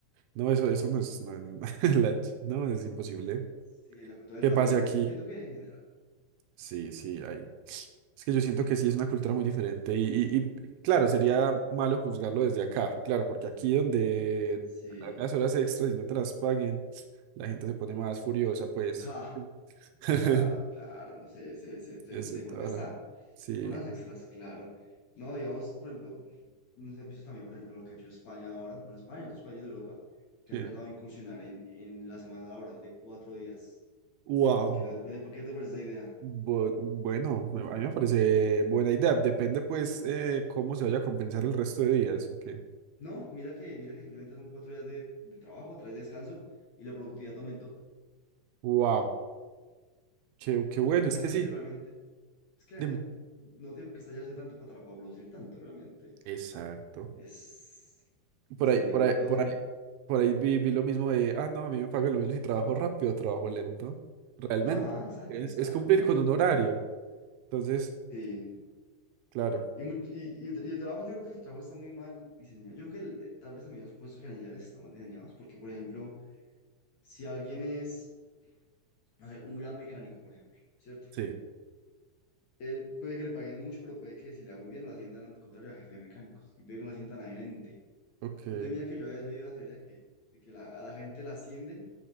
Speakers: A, on the right (about 80°); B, on the left (about 55°).
A: No, eso, eso no es. No, <laughs> la ch- no, es imposible.
B: Sí, la cultura del
A: ¿Qué
B: trabajo
A: pasa
B: allá vive,
A: aquí?
B: entiendo que en general.
A: Sí, sí, hay. Es que yo siento que sí es una cultura muy diferente y, y- y, claro, sería malo juzgarlo desde acá, claro, porque aquí donde
B: Sí.
A: las horas extras y no te las paguen, la gente se pone más furiosa, pues.
B: Ja,
A: Sí. <laughs>
B: claro, claro, se, se, se, se,
A: Eso,
B: se
A: tara.
B: protesta
A: Sí.
B: por unas extras, claro. No, digamos, por ejemplo, No sé si has visto también, por ejemplo, lo que ha hecho España ahora, bueno, España y otros países de Europa, que
A: que-
B: han tratado de incursionar en, en la semana laboral de cuatro días.
A: Wow.
B: ¿Qué te, por qué te- qué te parece esa idea?
A: Bu- Bueno, me- a mí me parece buena idea. Depende, pues, eh, cómo se vaya a compensar el resto de días. ok.
B: No, mira que, mira que simplemente son cuatro días de, de trabajo, tres de descanso y la productividad aumentó.
A: Wow. Qué, qué bueno,
B: Porque
A: es
B: la
A: que
B: gente
A: sí.
B: realmente, es que la
A: Dime.
B: gente no tiene por qué estallarse tanto para, tra- para producir tanto realmente.
A: Exacto.
B: Es,
A: Por
B: sí,
A: ahí, por
B: diga-
A: ahí,
B: digamos,
A: por
B: en-
A: ahí. Por ahí vi, vi lo mismo de, ah, no, a mí me pagan lo mismo si trabajo rápido o trabajo lento. Realmente,
B: ajá, exacto,
A: es,
B: exacto,
A: es cumplir
B: exacto.
A: con un horario. Entonces,
B: Sí.
A: claro,
B: Y, mu- y- y el, tra- y el trabajo, yo creo que el trabajo está muy mal diseñado. Yo creo que el- eh, tal vez también los puestos gerenciales están mal diseñados, porque, por ejemplo, si alguien es, no sé, un gran mecánico, por ejemplo, ¿cierto?
A: sí,
B: Él puede que le paguen mucho, pero puede que si le va muy bien lo asciendan al contrario a jefe de mecánico, y luego lo asciendan a gerente.
A: ok,
B: Pero te mira que yo había leído una teoría que, de que la- a la gente la ascienden